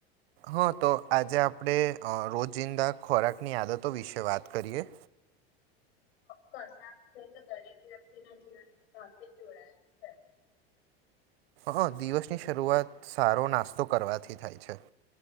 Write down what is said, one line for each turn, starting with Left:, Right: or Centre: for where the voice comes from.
Right: હા તો આજે આપણે રોજિંદા ખોરાકની આદતો વિશે વાત કરીએ
Left: ચોક્કસ છે તો દરેક વ્યક્તિના જીવનમાં સાથે જ જોડાયેલ છે
Right: હ દિવસની શરૂઆત સારો નાસ્તો કરવાથી થાય છે